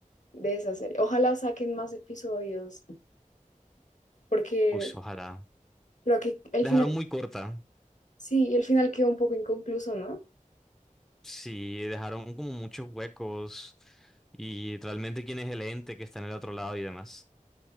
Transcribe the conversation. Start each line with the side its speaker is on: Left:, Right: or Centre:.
Left: de esa serie. Ojalá saquen más episodios. porque
Centre: Uy, ojalá.
Left: creo que el
Centre: La
Left: final,
Centre: Dejaron muy corta.
Left: sí, y el final quedó un poco inconcluso, ¿no?
Centre: Sí, dejaron como muchos huecos y realmente quién es el ente que está en el otro lado y demás.